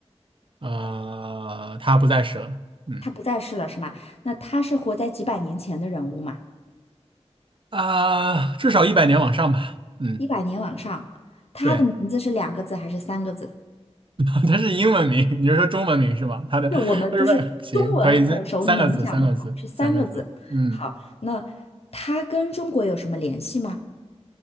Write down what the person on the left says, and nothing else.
他不在世了是吗？那他是活在几百年前的人物嘛？
一百年往上，他的名字是两个字还是三个字？
是我们就是中文耳熟能详的话是三个字。
好，那他跟中国有什么联系吗？